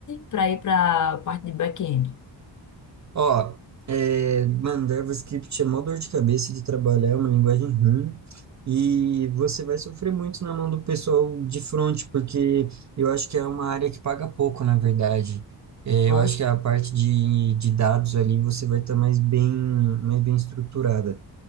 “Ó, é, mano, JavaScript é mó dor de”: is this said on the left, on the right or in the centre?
Right